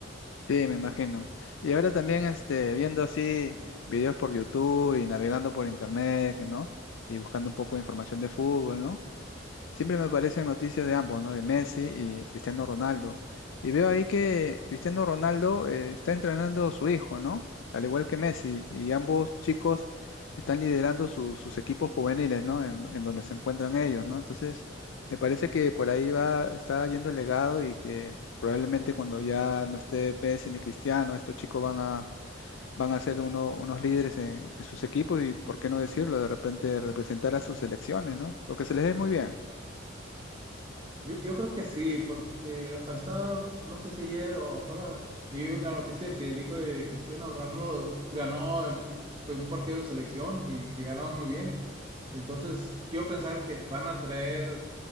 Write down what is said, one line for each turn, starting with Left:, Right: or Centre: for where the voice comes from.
Left: Sí, me imagino. Y ahora también este, viendo así videos por YouTube y navegando por internet, ¿no? Y buscando un poco de información de fútbol, ¿no? Siempre me aparecen noticias de ambos, ¿no? De Messi y Cristiano Ronaldo. Y veo ahí que Cristiano Ronaldo eh, está entrenando a su hijo, ¿no? Al igual que Messi. Y ambos chicos están liderando su- sus equipos juveniles, ¿no? En, en donde se encuentran ellos, ¿no? Entonces, me parece que por ahí va, está yendo el legado y que probablemente cuando ya no esté Messi ni Cristiano, estos chicos van a, van a ser uno- unos líderes en, en sus equipos y, ¿por qué no decirlo? De repente representar a sus selecciones, ¿no? Porque se les ve muy bien.
Right: Yo, yo creo que sí, porque hasta, no sé si ayer o ahora, vi la noticia que dijo de Cristiano Ronaldo ganó el- su primer partido en selección y que ganaron muy bien. Entonces, quiero pensar que van a traer,